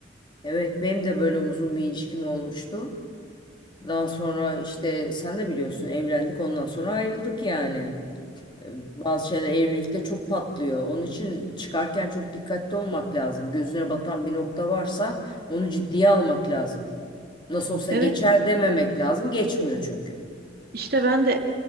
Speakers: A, on the left; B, on the right.
A: Evet benim de böyle uzun bir ilişkim olmuştu. Daha sonra işte sen de biliyorsun evlendik ondan sonra ayrıldık yani. E, Bazı şeyler evlilikte çok patlıyor. Onun için çıkarken çok dikkatli olmak lazım. Gözüne batan bir nokta varsa onu ciddiye almak lazım. Nasıl olsa
B: Evet,
A: geçer dememek lazım. Geçmiyor çünkü.
B: işte ben de